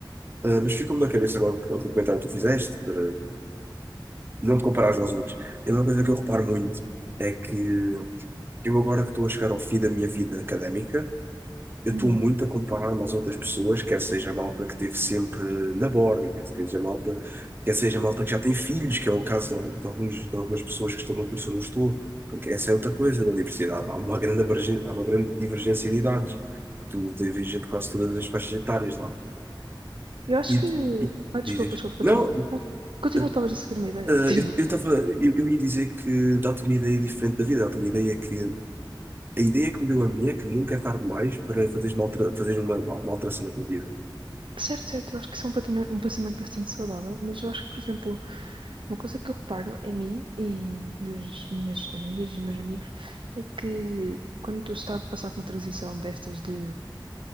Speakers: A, on the right; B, on the right.
A: Ah, mas ficou-me na cabeça agora o o comentário que tu fizeste, para não te comparares aos outros. E uma coisa que eu reparo muito é que Eu agora que estou a chegar ao fim da minha vida académica, eu estou
B: Uhum.
A: muito a comparar-me às outras pessoas, quer seja a malta que teve sempre na borga, quer seja a malta, quer seja a malta que já tem filhos, que é o caso de, de alguns, de algumas pessoas que estão no curso onde eu estou, porque essa é outra coisa da universidade. Há uma grande, abrangên- há uma grande divergência de idades. Tu tens gente de quase todas as faixas etárias lá.
B: Eu acho
A: E,
B: que.
A: e
B: Ah, desculpa,
A: diz, diz.
B: desculpa, continua.
A: Não,
B: Continua,
A: eh,
B: estavas a seguir uma ideia,
A: eh,
B: <laughs> continua.
A: eu eu estava, eu, eu ia dizer que dá-te uma ideia diferente da vida, dá-te uma ideia que A ideia que me deu a minha é que nunca é tarde mais para fazeres uma, altera- fazeres uma, uma alteração na tua vida.
B: Certo, certo, eu acho que isso é um pensamento, um pensamento bastante saudável, mas eu acho que, por exemplo, uma coisa que eu reparo em mim e das minhas amigas e nos meus amigos é que quando eu estava a passar por uma transição destas de.